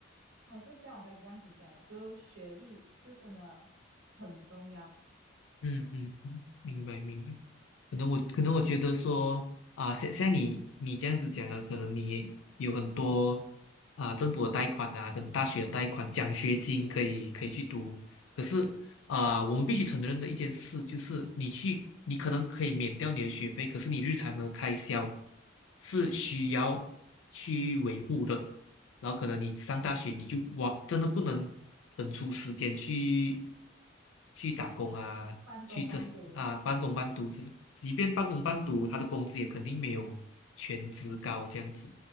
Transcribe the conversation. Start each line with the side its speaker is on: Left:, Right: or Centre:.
Right: 还是像我刚才这样子讲的，就学历就真的很重要，
Left: 嗯嗯嗯，嗯嗯嗯嗯明白明白。可能我可能我觉得说啊，像像你你这样子讲啊，可能你有很多啊政府的贷款啊，跟大学的贷款、奖学金可以可以去读。可是啊，我们必须承认的一件事就是，你去你可能可以免掉你的学费，可是你日常的开销是需要去维护的。然后可能你上大学你就哇，真的不能腾出时间去去打工啊，
Right: 半工半读。
Left: 去这啊半工半读这，即便半工半读，他的工资也肯定没有全职高这样子。